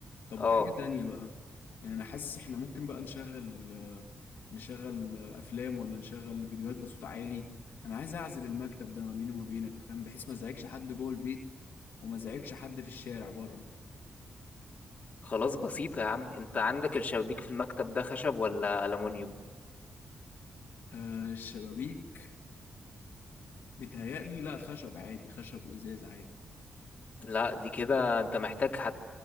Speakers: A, on the left (about 75°); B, on the left (about 45°).
A: طب
B: اه
A: وحاجة تانية بقى يعني أنا حاسس إحنا ممكن بقى نشغل آه، نشغل آه، أفلام ولا نشغل فيديوهات بصوت عالي أنا عايز أعزل المكتب ده ما بيني وما بينك فاهم بحيث ما أزعجش حد جوه البيت وما أزعجش حد في الشارع بره
B: خلاص بسيطة يا عم انت عندك الشبابيك في المكتب ده خشب ولا ألمونيوم
A: آه الشبابيك بيتهيألي لا خشب عادي خشب وإزاز عادي
B: لا دي كده انت محتاج هت...